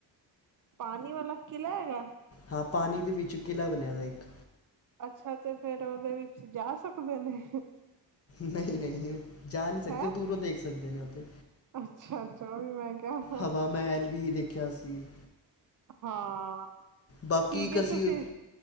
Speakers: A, on the right (about 50°); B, on the left (about 35°).
A: ਪਾਣੀ ਵਾਲਾ ਕਿਲਾ ਹੈਗਾ।
B: ਹਾਂ ਪਾਣੀ ਦੇ ਵਿੱਚ ਕਿਲ੍ਹਾ ਬਣਿਆ ਦਾ ਇੱਕ।
A: ਅੱਛਾ ਤੇ ਫੇਰ ਉਹਦੇ ਵਿੱਚ ਜਾ ਸਕਦੇ ਨੇ।
B: ਨਹੀਂ ਨਹੀਂ ਜਾ ਨਹੀਂ ਸਕਦੇ
A: ਹੈਂ
B: ਦੂਰੋਂ ਦੇਖ ਸਕਦੇ ਨੇ ਉੱਥੇ।
A: ਅੱਛਾ ਅੱਛਾ ਵੀ ਮੈਂ ਕਿਹਾ
B: ਹਵਾ ਮਹਿਲ ਵੀ ਦੇਖਿਆ ਸੀ।
A: ਹਾਂ।
B: ਬਾਕੀ
A: ਠੀਕ
B: ਇੱਕ
A: ਹੈ
B: ਅਸੀਂ
A: ਤੁਸੀਂ